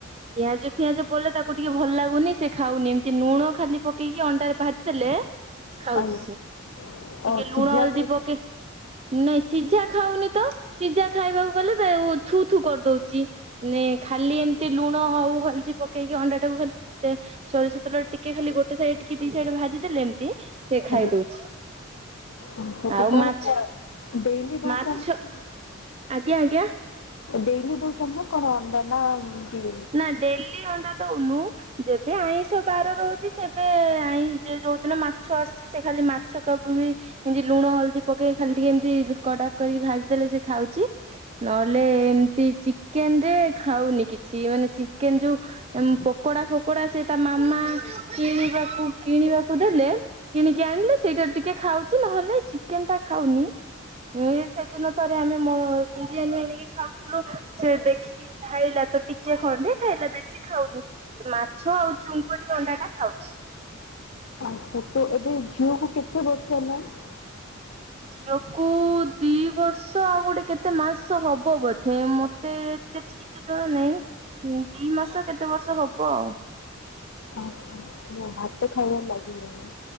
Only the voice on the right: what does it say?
ପିଆଜ ଫି ଆଜ ପଡ଼ିଲେ ତାକୁ ତା ଟିକେ ଭଲ ଲାଗୁନି ସେ ଖାଉନି ଏମିତି ଲୁଣ ଖାଲି ପକେଇକି ଅଣ୍ଡାରେ ଭାଜି ଦେଲେ ଖାଉଛି
ସିଏ ଟିକେ
ଲୁଣ
ହଳଦୀ
ପକେଇ ନାଇଁ ସିଝା ଖାଉନି ତ ସିଝା ଖାଇବାକୁ ଗଲେ ଥୁ ଥୁ କରିଦଉଛି। ଚି ନେ ଖାଲି ଏମିତି ଲୁଣ ଆଉ ହଳଦୀ ପକେଇକି ଅଣ୍ଡା। ଏଟାକୁ ଖାଲି ସୋରିଷ ତେଲ ଟିକେ ଖାଲି ଗୋଟେ ସାଇଡ ଟିକେ ଦି ସାଇଡ୍ ଭାଜି ଦେେଲେ ଏମିତି। ସେ ଖାଇ
ଦଉଛି।
ଆଉ
ମାଛ
ମାଛ ଆଜ୍ଞା ଆଜ୍ଞା।
ନା ଡେଲି ଅଣ୍ଡା ଦଉନୁ ଯେବେ ଆଇଁଷ ବାର ରହୁଛି ସେ ଯେ ଯୋଉଦିନ ମାଛ ଆସିଛି ସେ ଖାଲି ମାଛ କବ ବି ଏମିତି ଲୁଣ ହଳଦୀ ପକେଇ ଖାଲି ଟିକେ ଏମିତି କଡାକ କରିକି ଭାଜିଦେଲେ ସେ ଖାଉଛି। ନହେଲେ ଏମତି ଚିକେନ ରେ ଖାଉନି କିଛି ମାନେ ଚିକେନ ଯୋଉ ପକୋଡା ଫକୋଡା ସେ ତା ମାମା କିଣିବାକୁ କିଣିବାକୁ ଦେଲେ କିଣିକି ଆଣିଲେ ସେଇଟା ଟିକେ ଖାଉଛି ନହେଲେ ଚିକେନ ଟା ଖାଉନି। ଏ ସେଦିନ ଥରେ ଆମେ ବିରିୟାନୀ ଆଣିକି ଖାଉଥୁଲୁ ସେ ଦେଖି କି ଖାଇଲା। ତ ଟିକେ ଖଣ୍ଡେ ଖାଇଲା ବେଶି ଖାଉନି ମାଛ ଆଉ ଚୁଙ୍ଗୁଡ଼ି ଅଣ୍ଡା ଟା ଖାଉଛି।
ଝିଅକୁ ଦି ବର୍ଷ ଆଉ ଗୋଟେ କେତେ ମାସ ହବ ବୋଧେ ମତେ ତେ ଠିକରେ ଜଣା ନାହିଁ ଦି ମାସ କେତେ ବର୍ଷ ହବ ଆଉ।